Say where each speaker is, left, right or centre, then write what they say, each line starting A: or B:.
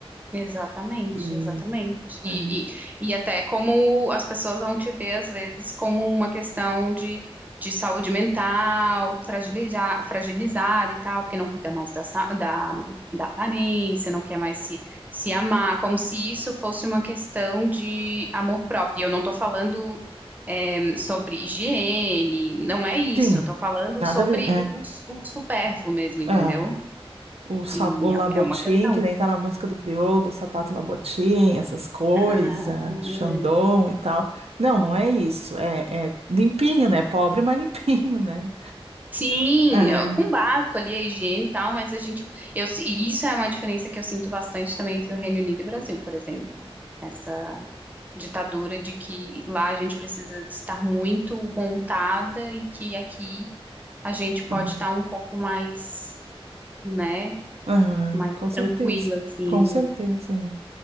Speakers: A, on the right; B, on the right.
A: Exatamente,
B: E
A: exatamente. E,
B: é.
A: e, e até como as pessoas vão te ver, às vezes, como uma questão de, de saúde mental, fragiliza- fragilizada e tal, porque não cuida mais da, sa- da, da aparência, não quer mais se, se amar, como se isso fosse uma questão de amor próprio. E Eu não estou falando, eh, sobre higiene, não é isso,
B: Sim,
A: eu estou falando
B: nada
A: sobre
B: a ver.
A: o, o, o supérfluo mesmo, entendeu?
B: É, é. O, sa-
A: E
B: o Labotim,
A: é uma questão.
B: que nem tá na música do Criolo, o sapato Labotim, essas coisas,
A: Ah,
B: Xandão e tal. Não, não é isso. É, é limpinho, né? Pobre, mas <laughs> limpinho, né?
A: Sim,
B: É,
A: com básico ali, a higiene e tal, mas a gente, eu, se- e isso é uma diferença que eu sinto bastante também entre o Reino Unido e o Brasil, por exemplo. Essa ditadura de que lá a gente precisa estar muito montada e que aqui a gente pode
B: aham,
A: estar um pouco mais, né,
B: aham,
A: mais
B: com certeza.
A: tranquila, assim.
B: Com certeza, né?